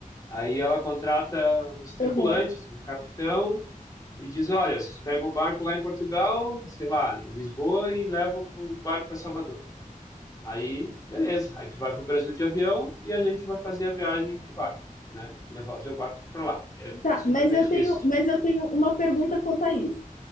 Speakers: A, on the left; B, on the left.
A: Aí ela contrata uns tripulantes,
B: uhum.
A: um capitão, e diz, olha, vocês pegam o barco lá em Portugal, sei lá, em Lisboa, e levam o barco para Salvador. Aí, beleza, aí tu vai para o Brasil de avião e a gente vai fazer a viagem de barco, né? Levar o teu barco para lá. É
B: Tá,
A: simplesmente
B: mas eu tenho,
A: isso.
B: mas eu tenho uma pergunta quanto a isso.